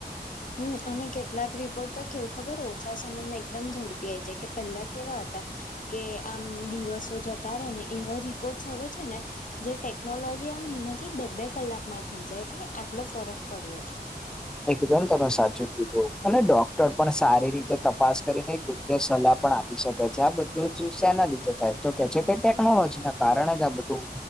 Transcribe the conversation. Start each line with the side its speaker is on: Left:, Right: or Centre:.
Left: હમ, અને કેટલાક રિપોર્ટ તો કેવું ખબર ઓછા સમયમાં એકદમ ઝડપી આઈ જાય કે પહેલા કેવા હતા કે આમ દિવસો જતા રે, ને એવા રિપોર્ટસ આવે છે ને- -જે ટેકનોલોજી આવે ને એનાથી બે બે કલાકમાં - થઈ જાય છે ને, આટલો ફરક પડ્યો છે.
Centre: એકદમ તમે સાચું કીધુ, અને ડો- -ડોક્ટર પણ સારી રીતે તપાસ કરીને ય યોગ્ય સલાહ પણ આપી શકે છે. આબધું જ શેના લીધે થાય? તો કે છે, કે ટેકનોલોજી ના કારણે જ આ બધું